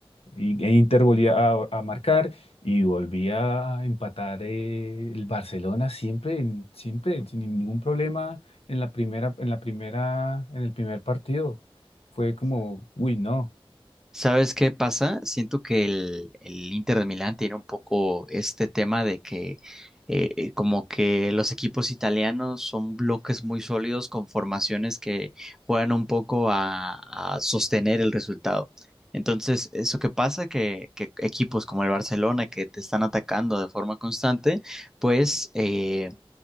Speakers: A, on the left; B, in the centre.
A: Y, e Inter volvía a, a marcar y volvía a empatar eh, el Barcelona siempre, en- siempre, sin ningún problema en la primera, en la primera, en el primer partido. Fue como, uy, no.
B: ¿Sabes qué pasa? Siento que el, el Inter de Milán tiene un poco este tema de que eh, eh, como que los equipos italianos son bloques muy sólidos con formaciones que juegan un poco a, a sostener el resultado. Entonces, eso que pasa, que, que equipos como el Barcelona que te están atacando de forma constante, pues... eh,